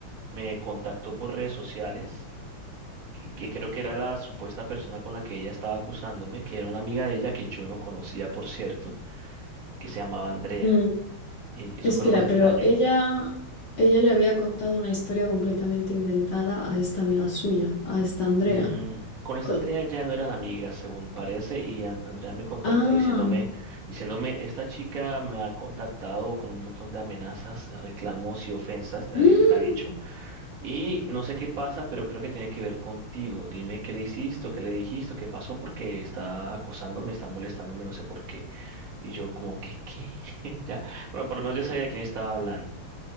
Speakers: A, on the right; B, on the left.
A: me contactó por redes sociales, que, que creo que era la supuesta persona con la que ella estaba acusándome, que era una amiga de ella que yo no conocía, por cierto, que se llamaba Andrea.
B: Mm,
A: Y eso
B: espera,
A: fue lo más extraño.
B: pero ella, ella le había contado una historia completamente inventada a esta amiga suya, a esta Andrea.
A: Mm, con esta
B: O-
A: Andrea ya no eran amigas, según parece, y An- Andrea me contacta
B: ah.
A: diciéndome, diciéndome, esta chica me ha contactado con un montón de amenazas, reclamos y ofensas, la
B: <gasps>
A: di- me ha dicho. Y no sé qué pasa, pero creo que tiene que ver contigo. Dime qué le hiciste, o qué le dijiste, o qué pasó, porque está acosándome, está molestándome, no sé por qué. Y yo como que, ¿qué? <laughs> Ya. Bueno, por lo menos yo sabía de quién estaba hablando.